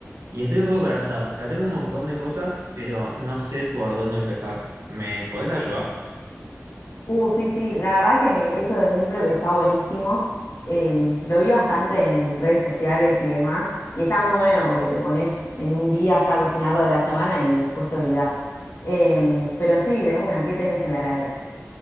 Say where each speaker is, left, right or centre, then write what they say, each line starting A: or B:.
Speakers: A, on the right; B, on the left.
A: Y estoy un poco colapsado, o sea, tengo un montón de cosas, pero no sé por dónde empezar. ¿Me podés ayudar?
B: Uh, sí, sí, la verdad que eso del meal prep está buenísimo. Em, lo vi bastante en redes sociales y demás. Y está muy bueno porque te pones en un día ya a cocinar lo de la semana y después te olvidás. Em, pero sí, de una, ¿qué tenés en la heladera?